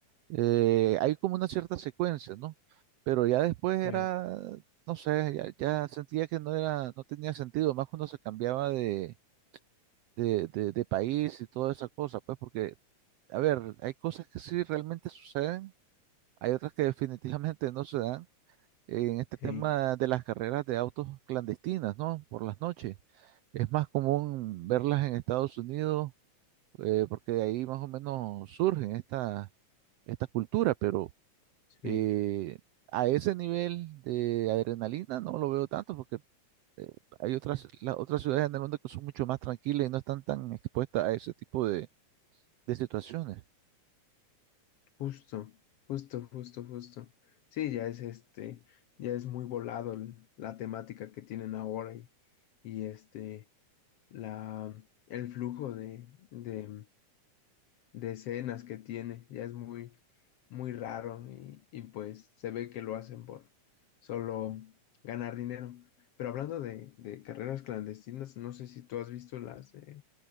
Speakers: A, on the right; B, on the left.
A: eh, hay como una cierta secuencia, ¿no? Pero ya después era,
B: Sí,
A: no sé, ya, ya sentía que no era, no tenía sentido, más cuando se cambiaba de, de, de, de país y toda esa cosa, pues porque, a ver, hay cosas que sí realmente suceden, hay otras que definitivamente no se dan en este tema
B: sí,
A: de las carreras de autos clandestinas, ¿no? Por las noches. Es más común verlas en Estados Unidos, eh, porque de ahí más o menos surge esta, esta cultura, pero
B: sí,
A: eh, a ese nivel de adrenalina no lo veo tanto, porque eh, hay otras, las otras ciudades en el mundo que son mucho más tranquilas y no están tan expuestas a ese tipo de, de situaciones.
B: justo, justo, justo, justo. Sí, ya es este, ya es muy volado el- la temática que tienen ahora y, y este, la, el flujo de, de, de escenas que tiene, ya es muy, muy raro y, y pues se ve que lo hacen por solo ganar dinero. Pero hablando de, de carreras clandestinas, no sé si tú has visto las de